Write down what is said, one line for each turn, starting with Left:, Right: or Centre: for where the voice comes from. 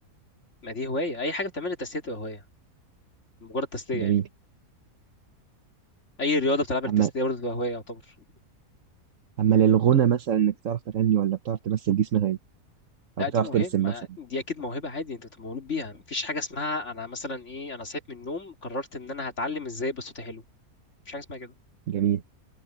Left: ما دي هواية اي حاجة بتعملها تسلية تبقى هواية مجرد تسلية
Right: جميل
Left: يعني اي رياضة بتلعبها
Right: اما
Left: للتسلية برضه تبقى هواية يعتبر
Right: اما للغنى مثلا انك تعرف تغني ولا بتعرف تمثل دي اسمها ايه او
Left: لا
Right: بتعرف
Left: دي موهبة
Right: ترسم
Left: ما-
Right: مثلا
Left: دي اكيد موهبة عادي انت بتبقى مولود بيها مفيش حاجة اسمها انا مثلا ايه انا صحيت من النوم قررت ان انا هتعلم ازاي يبقى صوتي حلو مفيش حاجة اسمها كده
Right: جميل